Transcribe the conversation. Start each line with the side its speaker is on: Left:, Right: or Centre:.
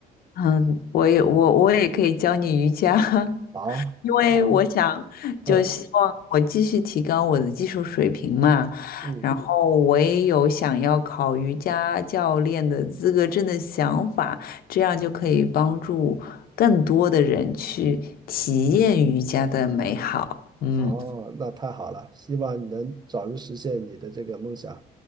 Left: 嗯，我也我我也可以教你瑜伽，<laughs>
Right: 好，
Left: 因为我想就希望我继续提高我的技术水平嘛，
Right: 好，嗯嗯。
Left: 然后我也有想要考瑜伽教练的资格证的想法，这样就可以帮助更多的人去体验瑜伽的美好。嗯。
Right: 哦，那太好了，希望你能早日实现你的这个梦想。